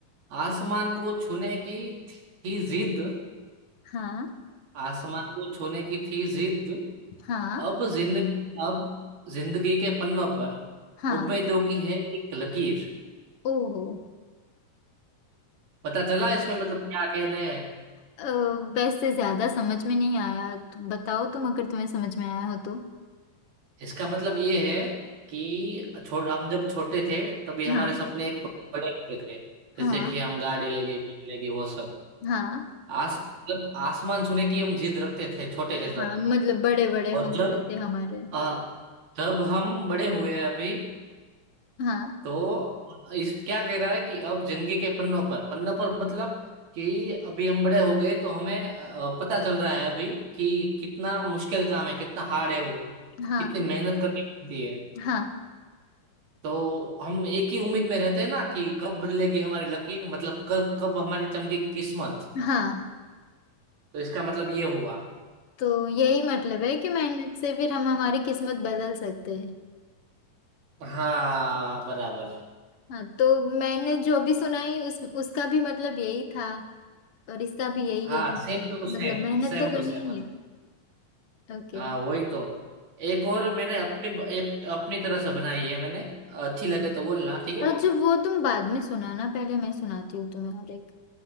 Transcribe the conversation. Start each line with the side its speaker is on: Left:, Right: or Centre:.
Right: आसमान को छूने की थी जिद
Left: हाँ
Right: आसमान को छूने की थी जिद
Left: हाँ
Right: अब जिंदगी अब जिंदगी के पन्नों पर
Left: हाँ
Right: उम्मीदों की है एक लकीर
Left: ओहो
Right: पता चला इसमें मतलब क्या कह रहे हैं
Left: अ, वैसे ज्यादा समझ में नहीं आया तो बताओ तुम अगर तुम्हें समझ में आया हो तो
Right: इसका मतलब ये है कि छोट हम जब छोटे थे तभी हमारे
Left: हाँ
Right: सपने एक बड़े होते थे जैसे
Left: हाँ
Right: कि हम गाड़ी लेंगे कार लेंगे वो सब
Left: हाँ
Right: आस मतलब आसमान छूने की हम जिद रखते थे छोटे थे तब
Left: हाँ मतलब बड़े बड़े
Right: और
Left: हौसले
Right: जब
Left: थे हमारे
Right: आ, जब हम बड़े हुए अभी
Left: हाँ
Right: तो इस क्या कह रहा है कि अब जिंदगी के पन्नों पर पन्नों पर मतलब कि अभी हम बड़े हो गए तो हमें अ, पता चल रहा है अभी कि कितना मुश्किल काम है कितना हार्ड है वो
Left: हाँ
Right: कितनी मेहनत करनी पड़ती है
Left: हाँ
Right: तो हम एक ही उम्मीद में रहते हैं ना कि कब बदलेगी हमारी लकीर मतलब कब कब हमारी चमकेगी किस्मत
Left: हाँ
Right: तो इसका मतलब ये हुआ
Left: तो यही मतलब है कि मेहनत से फिर हम हमारी किस्मत बदल सकते हैं
Right: हाँ बराबर
Left: हाँ तो मैंने जो भी सुनाई उस उसका भी मतलब यही था और इसका भी यही
Right: हाँ
Left: है
Right: same to same
Left: मतलब मेहनत
Right: same
Left: तो करनी
Right: to same
Left: ही है ओके
Right: हाँ वही तो एक और मैंने अपनी एक, अपनी तरह से बनाई है मैंने अच्छी लगे तो बोलना ठीक है
Left: और जो वो तुम बाद में सुनाना पहले मैं सुनाती हूँ तुम्हें और एक